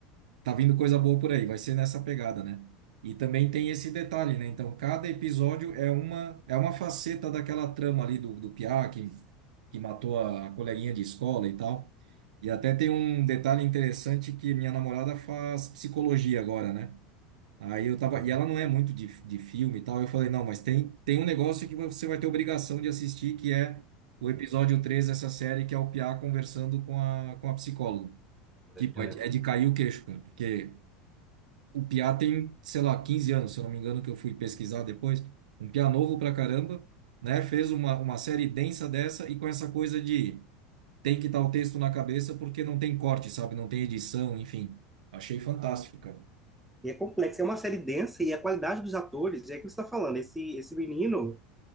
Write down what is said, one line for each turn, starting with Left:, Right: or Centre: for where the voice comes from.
Right: tá vindo coisa boa por aí, vai ser nessa pegada, né? E também tem esse detalhe, né? Então, cada episódio é uma, é uma faceta daquela trama ali do, do Piá, que, que matou a coleguinha de escola e tal. E até tem um detalhe interessante que minha namorada faz psicologia agora, né? Aí eu tava,
Centre: Ah,
Right: e ela não é muito de, de filme e tal. Eu falei, não, mas tem, tem um negócio que você vai ter obrigação de assistir, que é o episódio 3 dessa série, que é o Piá conversando com a, com a psicóloga.
Centre: <laughs>
Right: Tipo,
Centre: Relembra.
Right: é de, é de cair o queixo, cara, porque o Piá tem, sei lá, 15 anos, se eu não me engano, que eu fui pesquisar depois. Um Piá novo pra caramba, né? Fez uma, uma série densa dessa e com essa coisa de tem que estar o texto na cabeça porque não tem corte, sabe? Não tem edição, enfim. Achei fantástico, cara.
Centre: E é complexo, é uma série densa e a qualidade dos atores, é o que você está falando, esse, esse menino,